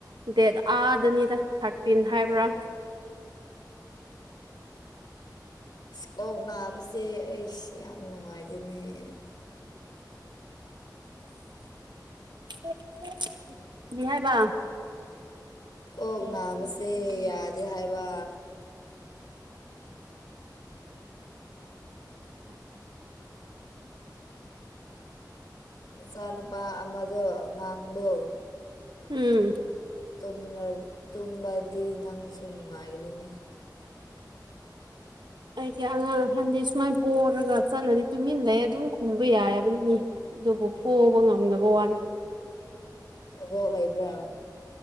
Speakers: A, on the right (about 85°); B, on the left (about 75°).
A: ꯗꯦꯠ ꯑꯥꯗꯅꯤꯗ ꯊꯥꯔꯠ ꯇꯤꯟ ꯍꯥꯏꯕ꯭ꯔꯥ
B: ꯑꯣ ꯏꯁ ꯀꯣꯛ ꯅꯥꯕꯁꯦ ꯑꯩꯁ ꯌꯥꯝ ꯅꯨꯡꯉꯥꯏꯇꯦꯅꯦ <inaudible>
A: <unintelligible> ꯀꯔꯤ ꯍꯥꯏꯕ
B: ꯀꯣꯛ
A: ꯎꯝ
B: ꯅꯥꯕꯁꯦ ꯌꯥꯗꯦ ꯍꯥꯏꯕ
A: ꯁꯤꯇꯣꯛ
B: ꯅꯆꯥ ꯅꯨꯨꯄꯥ ꯑꯃꯗꯣ ꯑꯉꯥꯡꯗꯣ
A: ꯎꯝ
B: ꯇꯨꯝꯂ꯭ꯔ ꯇꯨꯝꯕꯗꯤ ꯅꯪꯁꯨ ꯅꯨꯡꯉꯥꯏꯒꯅꯤꯅꯦ
A: ꯑꯩꯒꯤ ꯑꯉꯥꯡꯍꯟꯗꯤ ꯁꯨꯃꯥꯏ ꯄꯣꯔꯒ ꯆꯠꯂꯗꯤ ꯇꯨꯃꯤꯟꯂꯩꯩ ꯑꯗꯨꯝ ꯈꯨꯝꯕ ꯌꯥꯏꯕꯅꯤ ꯑꯗꯨꯕꯨ
B: ꯑꯣ
A: ꯄꯣꯕ ꯉꯝꯗꯕ ꯋꯥꯅꯤ
B: ꯃꯕꯣꯛ ꯂꯩꯕ꯭ꯔꯥ